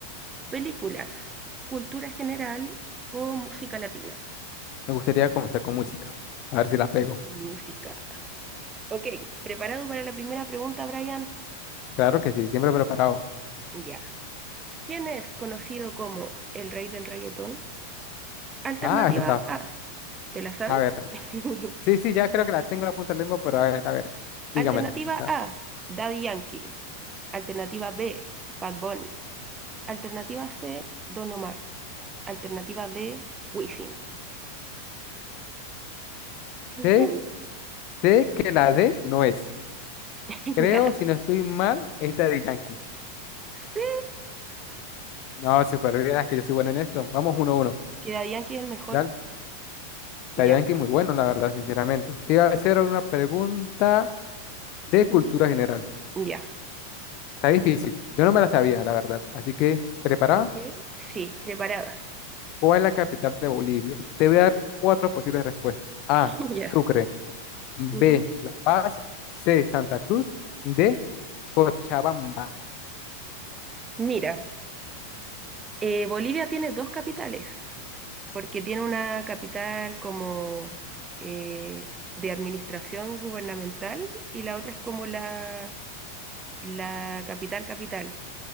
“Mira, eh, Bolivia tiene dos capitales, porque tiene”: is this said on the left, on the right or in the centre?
Right